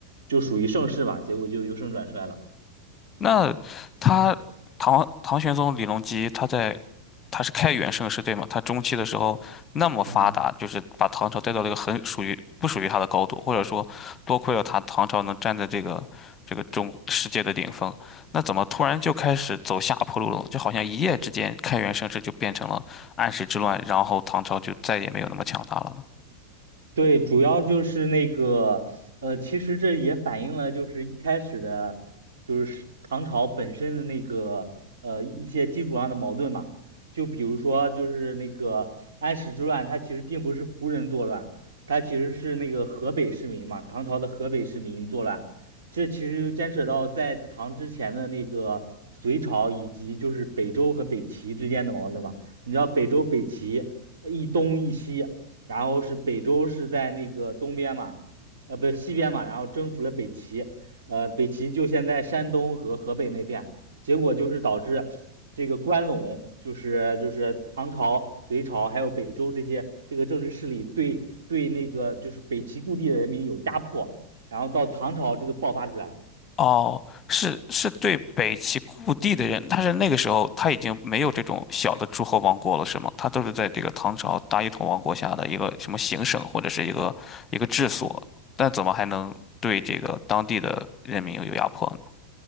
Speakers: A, on the right (about 60°); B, on the left (about 25°).
A: 就属于盛世吧，结果就由盛转衰了。
B: 那他唐唐玄宗李隆基他在他是开元盛世对吗？他中期的时候那么发达，
A: 嗯，
B: 就是把唐朝带到了一个很属于不属于他的高度，或者说多亏了他唐朝能站在这个这个中世界的顶峰。那怎么突然就开始走下坡路了？就好像一夜之间开元盛世就变成了安史之乱，然后唐朝就再也没有那么强大了呢？
A: 对，主要就是那个，呃，其实这也反映了就是一开始的，就是唐朝本身的那个，呃，一些基础上的矛盾嘛。就比如说，就是那个安史之乱，它其实并不是胡人作乱，它其实是那个河北市民嘛，唐朝的河北市民作乱。这其实就牵扯到在唐之前的那个隋朝以及就是北周和北齐之间的矛盾嘛。你知道北周、北齐呃一东一西。然后是北周是在那个东边嘛，呃，不西边嘛，然后征服了北齐，呃，北齐就现在山东和河北那片，结果就是导致这个关陇，就是就是唐朝、隋朝还有北周这些这个政治势力对对那个就是北齐故地的人民有压迫，然后到唐朝这个爆发出来了。
B: 哦，是是对北齐故地的人，但是那个时候他已经没有这种小的诸侯王国了，是吗？他都是在这个唐朝大一统王国下的一个什么行省或者是一个一个治所，但怎么还能对这个当地的人民有压迫呢？